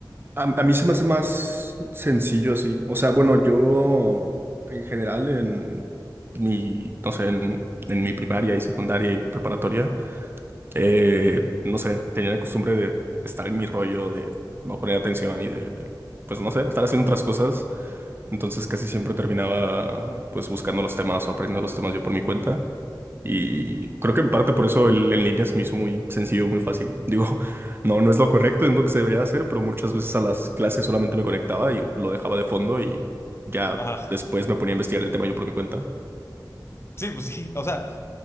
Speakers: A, on the right (about 30°); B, on the left (about 35°).
A: A, a mí se me hace más sencillo así. O sea, bueno, yo en general en mi, no sé, en, en mi primaria y secundaria y preparatoria eh, no sé, tenía la costumbre de estar en mi rollo, de no poner atención y de, pues no sé, estar haciendo otras cosas. Entonces casi siempre terminaba pues buscando los temas o aprendiendo los temas yo por mi cuenta. Y creo que en parte por eso el en línea se me hizo muy sencillo, muy fácil. <laughs> Digo, no, no es lo correcto, es lo que se debería hacer, pero muchas veces a las clases solamente me conectaba y lo dejaba de fondo y ya
B: Ajá.
A: después me ponía a investigar el tema yo por mi cuenta.
B: Sí, pues sí. O sea,